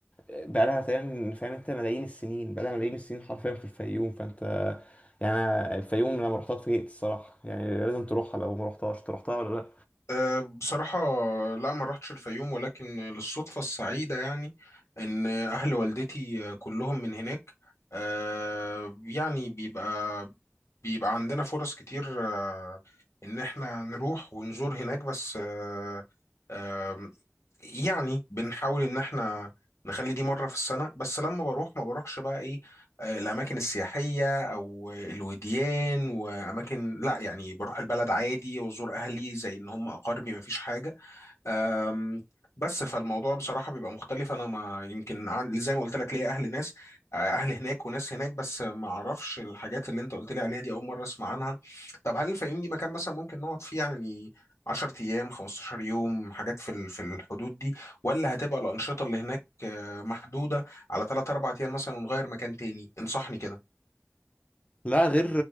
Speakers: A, on the left (about 30°); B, on the left (about 80°).
A: بقى لها تقريبا فاهم انت ملايين السنين بقى لها ملايين السنين حرفيا في الفيوم فانت يعني أنا الفيوم لما رحتها اتفاجئت الصراحه يعني لازم تروحها لو ما رحتهاش انت رحتها ولا لا
B: آه، بصراحة لا ما رحتش الفيوم ولكن للصدفة السعيدة يعني إن أهل والدتي كلهم من هناك آه، يعني بيبقى بيبقى عندنا فرص كتير آه، ان احنا نروح ونزور هناك بس آه، آم، يعني بنحاول ان احنا نخلي دي مرة في السنة بس لما بروح ما بروحش بقى ايه آه، الاماكن السياحية او الوديان واماكن لا يعني بروح البلد عادي وازور اهلي زي ان هم اقاربي ما فيش حاجة أم، بس فالموضوع بصراحة بيبقى مختلف أنا ما يمكن عن- زي ما قلت لك ليا أهل ناس آه، أهل هناك وناس هناك بس ما أعرفش الحاجات اللي أنت قلت لي عليها دي أول مرة أسمع عنها طب هل الفيوم دي مكان مثلا ممكن نقعد فيه يعني 10 أيام 15 يوم حاجات في ال- في الحدود دي ولا هتبقى الأنشطة اللي هناك آه، محدودة على 3 4 أيام مثلا ونغير مكان تاني انصحني كده
A: لا غير